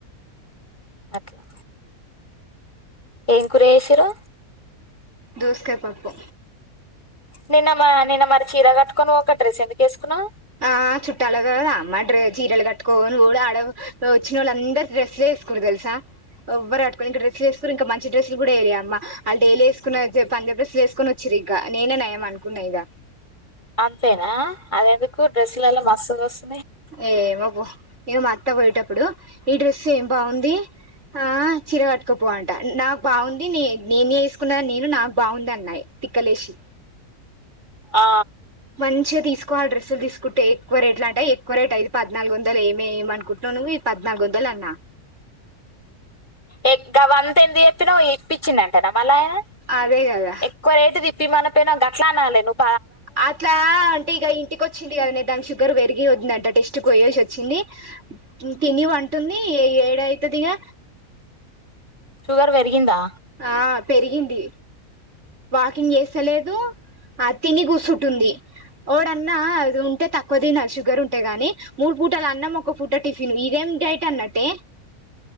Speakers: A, on the left; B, on the right.
A: అట్లా ఏం కుర చేసినిరు
B: దోసకాయ పప్పు
A: నిన్న మా నిన్న మరి చీర కట్టుకొని ఒక డ్రెస్ ఎందుకు వేసుకున్నా
B: ఆ చుట్టాల కదామ్మ జీరలు కట్టుకోని ఆడ వచ్చిన వాళ్ళ అందరు డ్రస్లు వేసుకోరు తెలుసా ఎవ్వరు ఆడుకొని ఇం డ్రస్లు వేసుకు ఇంకా మంచి డ్రెస్లు కూడా వయలే అమ్మా వాళ్ళు డైలీ వేసుకు పంజబ్ డ్రెస్సులు వేసుకని వచ్చారు ఇక నేనే నయం అనుకున్నా ఇగ
A: అంతేనా అద ఎందుకు డ్రెస్సులలా మా బస బ
B: ఏమో పో ఇగ మా అత్త పోయేటప్పుడు ఈ డ్రెస్ ఏం బాగుంది ఆ చిర కట్టుకోపో ఆట నాకు బాగుంది న నేనే వేసుకున్నా నేను నాకు బాగుంది అన్నా తిక్కలేసి
A: ఆ
B: మంచిగా తీసుకోవాలి డ్రస్సులు తీసుకుంటే ఎక్కువ రేట్లులా అంటాయి ఎక్కువ రేట్ అది పద్నాలుగు వందలు ఏమే ఏమ అనుకుంటున్నావు నువ్వు ఈ పద్నాలుగు వందలు అన్నా
A: ఎ గవన్ ఎంత చెపినవ్ పిచ్చింది అంట మళయినా
B: అదే కదా
A: ఎక్కువ రేటు ది మన పైన గట్లానాల నువ్
B: అట్లా అంటే ఇక ఇంటికి వచ్చింది కదా నే దానికి షుగర్ పెరిగి వద్దందంట టెస్ట్ యేసి వచ్చింది తిని వంటుంది ఏ ఏడవుతుందిగా
A: షుగర్ పెరిగిందా
B: ఆ పెరిగింది వాకింగ్ చేస్తలేదు ఆ తిని కూసుుంటుంది వాడ అన్నా అది ఉంటే తక్కువ తినాలి షుగర్ ఉంటే గాని మూడు పూటలు అన్నం ఒక పూట టిఫిన్ ఇదేం డైట్ అన్నట్టే